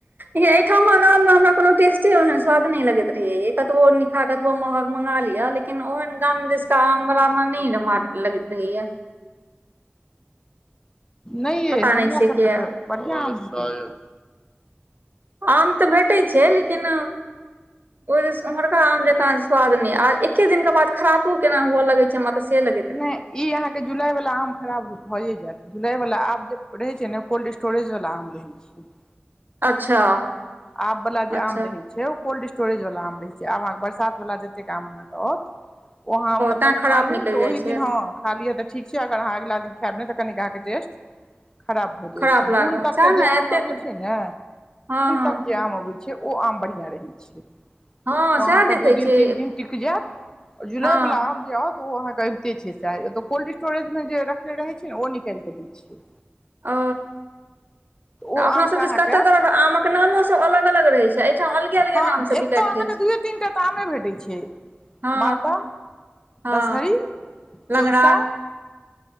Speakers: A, on the right; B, on the left.
A: एहिठाम आम मे हमरा कोनो टेस्ट स्वाद नहि लगैत रहेय कतबो निका कतबो महग मंगा लिये लेकिन लेकिन ओहेन गाम मे जसा आम वलामे नहि लगैत रहेया
B: नहि ये
A: पता
B: हमरा
A: से
B: सभके
A: किया
B: तऽ बढ़िआँ आम छै
A: आम तऽ भेते छै, लेकिन ओ उमहरका आम जक स्वाद ने आ एके दिनके बाद खरापो केना हु लगे छै चमत स से लगै
B: नहि ई अहा के जुलाई वला आम खरा भए जायत जुलाई वाला आब जे रहे छै ने कोल्ड स्टोरेज वाला आम रहे छै <inaudible>
A: अच्छा।
B: आम वला जे
A: अच्छा
B: आम रहैत छै ओ कोल्ड स्टोरेजवला आम रहैत छै आब अहाँकेँ बरसातवला जतेक आम अहाँकेँ आओत ओ अहाँ मतलब
A: तें खराब
B: आनू
A: निकलि
B: तऽ
A: जाइ
B: ओहि
A: छै
B: दिन हँ खाली तऽ ठीक छै अगर अहाँ अगिला दिन खायब नहि तऽ का टेस्ट खराब भऽ जाय
A: खराब
B: छै
A: लागत
B: दुन पर
A: सएह
B: के जे
A: ने
B: आम
A: एतेक
B: आवै छै ने
A: हँ हँ
B: तक आम अबै छै ओ आम बढ़िआ रहै छै
A: हँ
B: ओ
A: सएह
B: अहाँकेँ
A: देखै
B: दू दिन
A: छी
B: तीन दिन टिक जायत जुलाई
A: हँ
B: वला आउ तऽ ओ अहाँकेँ अबिते छै सऽ कोल्ड स्टोरेज मे जे रखने रहै छै ने ओ निकालि कऽ दै छै
A: ओ तऽ
B: ओ
A: अपना
B: आमके
A: सभ ची
B: अहाँके
A: कते तरहक आम कऽ नामो सभ अलग लग अलग रहै छै एहिठाम अलगे अलगे
B: हँ
A: नाम सँ
B: एतय
A: बिकाइत
B: अहाँके
A: रहै छै।
B: दूए तीन टा तऽ आमे भेटै छै
A: हँ,
B: मालदह
A: हँ,
B: दशहरी चौसा
A: लगड़ा।